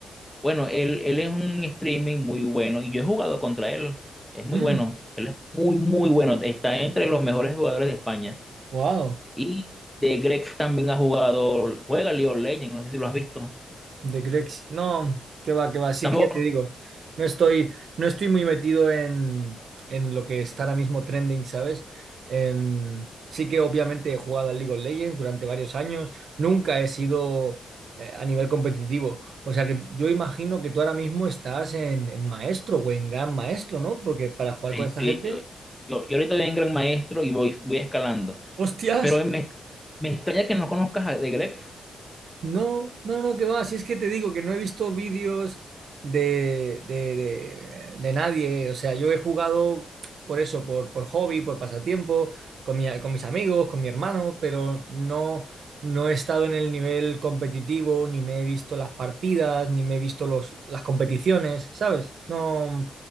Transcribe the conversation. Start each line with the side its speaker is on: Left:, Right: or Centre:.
Centre: Bueno, él, él es un streaming muy bueno y yo he jugado contra él. Es muy
Right: Mm,
Centre: bueno. Él es muy, muy bueno. Está entre los mejores jugadores de España.
Right: Wow,
Centre: Y de Grex también ha jugado, juega League of Legends, no sé si lo has visto.
Right: de Grex. No, que va, que va. Si
Centre: Tampoco.
Right: es que ya te digo, no estoy, no estoy muy metido en, en lo que está ahora mismo trending, ¿sabes? Em, sí que obviamente he jugado al League of Legends durante varios años. Nunca he sido eh, a nivel competitivo. O sea que yo imagino que tú ahora mismo estás en, en maestro o en gran maestro, ¿no? Porque para jugar
Centre: Sí,
Right: con esta
Centre: sí,
Right: gente,
Centre: yo, yo, yo ahorita voy en Gran Maestro y voy, voy escalando.
Right: ¡hostias!
Centre: Pero me, me extraña que no conozcas a The Gref.
Right: No, no, no, que va. Si es que te digo que no he visto vídeos de, de, de- de nadie. O sea, yo he jugado por eso, por, por hobby, por pasatiempo, con mi- con mis amigos, con mi hermano, pero no, no he estado en el nivel competitivo, ni me he visto las partidas, ni me he visto los, las competiciones, ¿sabes? No,